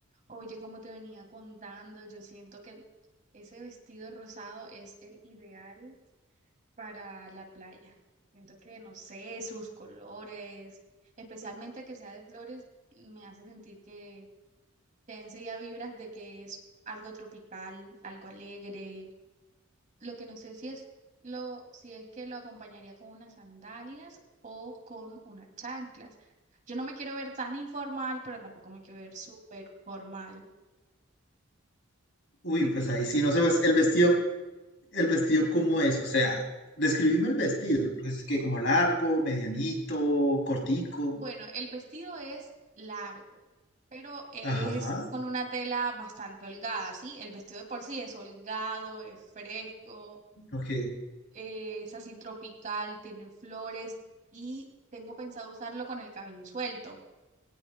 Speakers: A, on the right; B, on the left.
A: Oye, como te venía contando, yo siento que ese vestido rosado es el ideal para la playa. Siento que, no sé, sus colores, especialmente que sea de flores, me hace sentir que te enseguida vibras de que es algo tropical, algo alegre. Lo que no sé si es lo, si es que lo acompañaría con unas sandalias o con unas chanclas. Yo no me quiero ver tan informal, pero tampoco me quiero ver súper formal.
B: Uy,
A: Necesito
B: pues ahí sí,
A: tu opinión.
B: no sé, pues, el vestido, el vestido cómo es, o sea, describime el vestido, porque es que como largo, medianito, cortico,
A: Bueno, el vestido es largo, pero es
B: ajá,
A: con una tela bastante holgada, ¿sí? El vestido de por sí es holgado, es fresco,
B: ok,
A: es así tropical, tiene flores y tengo pensado usarlo con el cabello suelto,